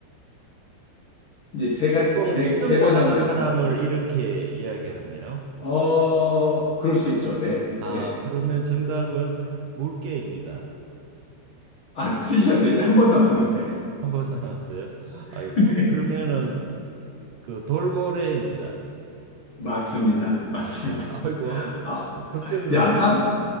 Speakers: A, on the left (about 65°); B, on the right (about 75°).
A: 이제 세
B: 보통
A: 가, 세,
B: 수영
A: 세
B: 잘하는
A: 번 남으셨습니다.
B: 사람을 이렇게 이야기하나요?
A: 어, 그럴 수 있죠. 네,
B: 아
A: 네.
B: 그러면 정답은 물개입니다.
A: 아, 틀리셨어요. 이제 한 번 남았는데.
B: 한 번 남았어요. <laughs>
A: <laughs>
B: 아이고 그러면은 그 돌고래입니다.
A: 맞습니다. 맞습니다.
B: 아, 아이고, 한,
A: 아,
B: 걱정으로
A: 야,
B: 막.
A: 다